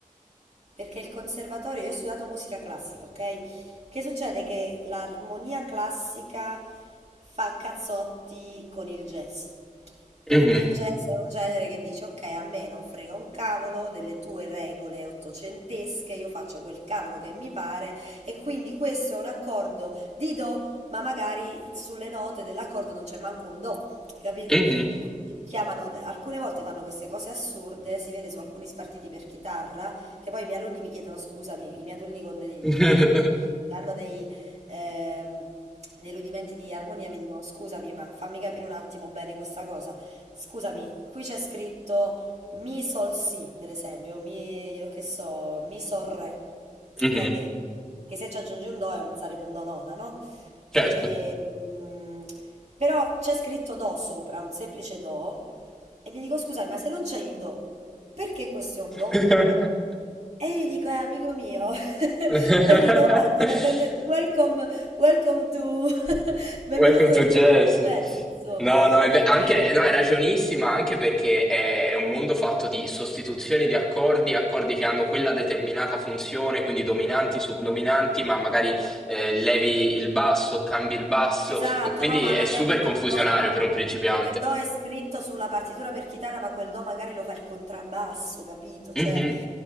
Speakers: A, on the right (about 55°); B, in the centre.
A: Perché il conservatorio, io ho studiato musica classica, ok? Che succede che l'armonia classica fa cazzotti con il jazz. Perché
B: Mhm.
A: il jazz è un genere che dice, ok, a me non frega un cavolo delle tue regole ottocentesche, io faccio quel cavolo che mi pare e quindi questo è un accordo di do, ma magari sulle note dell'accordo non c'è manco un do, capito?
B: Mhm.
A: Quindi chiamano, alcune volte fanno queste cose assurde, si vede su alcuni spartiti per chitarra, che poi i miei alunni mi chiedono, scusami, i miei alunni con dei,
B: <laughs>
A: dei fondamenti di... che hanno dei... ehm, dei rudimenti di armonia mi dicono scusami, ma fammi capire un attimo bene questa cosa. Scusami, qui c'è scritto mi sol si, per esempio, mi, io che so, mi sol re,
B: Mhm.
A: ok? Che, che se ci aggiungi un do è un- sarebbe un do nona, no? E,
B: Certo.
A: mm, però c'è scritto do sopra, un semplice do, e mi dico scusami, ma se non c'è il do, perché questo è un do?
B: <laughs>
A: E io gli dico, eh, amico mio, <laughs>
B: <laughs>
A: bella domanda, ben- ben- welcome, welcome to, <laughs> benvenuto
B: Welcome to
A: nel
B: jazz.
A: mondo del jazz, insomma,
B: No, no, è
A: perché...
B: ve- anche, no, è ragionissima anche perché è, è un mondo fatto di sostituzioni di accordi, accordi che hanno quella determinata funzione, quindi dominanti, subdominanti, ma magari eh, levi il basso, cambi il basso,
A: Esatto,
B: e quindi
A: no, ma
B: è
A: magari
B: super
A: quel
B: confusionario
A: do,
B: per un principiante.
A: quel do è scritto sulla partitura per chitarra, ma quel do magari lo fa il contrabbasso, capito? Cioè,
B: Mhm,